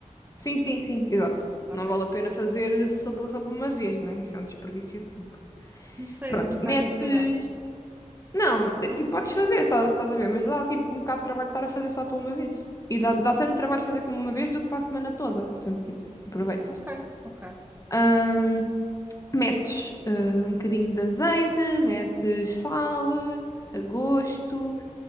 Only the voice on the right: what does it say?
Ok.
Não sei,
eu sou um bocado
ignorante.
Ok, ok,